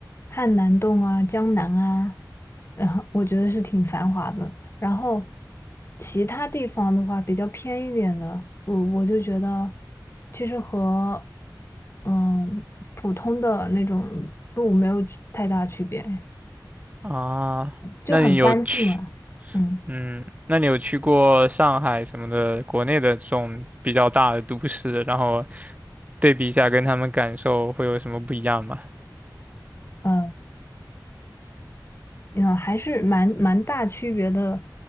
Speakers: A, on the left; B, on the right.
A: 汉南洞啊、江南啊，然后我觉得是挺繁华的。然后其他地方的话，比较偏一点的，我我就觉得其实和嗯普通的那种路没有区太大区别，
B: 啊？
A: 就很干净啊。
B: 那你有去？
A: 嗯。
B: 嗯，那你有去过上海什么的国内的这种比较大的都市，然后对比一下，跟他们感受会有什么不一样吗？
A: 呃嗯，还是蛮蛮大区别的，